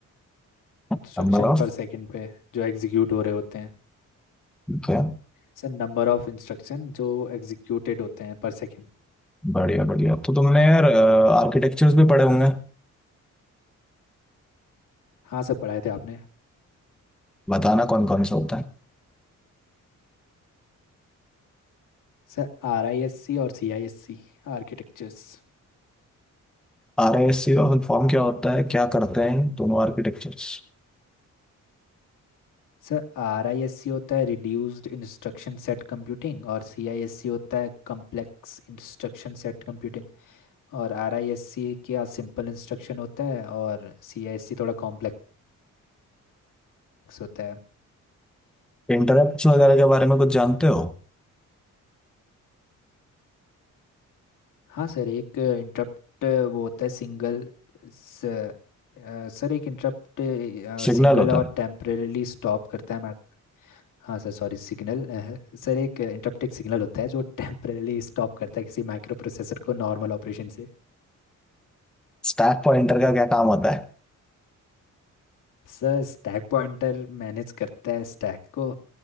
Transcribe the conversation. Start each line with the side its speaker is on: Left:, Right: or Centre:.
Centre: Number
Left: instruction
Centre: of
Left: per second पे जो एग्जीक्यूट हो रहे होते हैं
Centre: हाँ
Left: सर नंबर ऑफ इंस्ट्रक्शन जो एग्जीक्यूटेड होते हैं पर सेकंड
Centre: बढ़िया बढ़िया तो तुमने यार आर्किटेक्चर्स भी पढ़े होंगे
Left: हाँ सर पढ़ाए थे आपने
Centre: बताना कौन कौन सा होता है
Left: सर आर आई एस सी और सी आई एस सी आर्किटेक्चर्स
Centre: आर आई एस सी का फॉर्म क्या होता है क्या करते हैं दोनों आर्किटेक्चर्स
Left: सर आर आई एस सी होता है रिड्यूस्ड इंस्ट्रक्शन सेट कंप्यूटिंग और सी आई एस सी होता है कॉम्प्लेक्स इंस्ट्रक्शन सेट कंप्यूटिंग और आर आई एस सी क्या सिंपल इंस्ट्रक्शन होता है और सी आई एस सी थोड़ा कॉम्प्लेक्स होता है
Centre: इंटरप्ट्स वगैरह के बारे में कुछ जानते हो
Left: हाँ सर एक इंटरप्ट वो होता है सिंगल स, अ, सर एक इंटरप्ट
Centre: सिग्नल
Left: सिंगल
Centre: होता
Left: और
Centre: है
Left: टेम्परेली स्टॉप करता है हाँ सर सॉरी सिग्नल सर एक इंटरप्ट एक सिग्नल होता है जो टेम्परेली स्टॉप करता है किसी माइक्रो प्रोसेसर को नॉर्मल ऑपरेशन से
Centre: स्टैक पॉइंटर का क्या काम होता है
Left: सर स्टैक पॉइंटर मैनेज करता है स्टैक को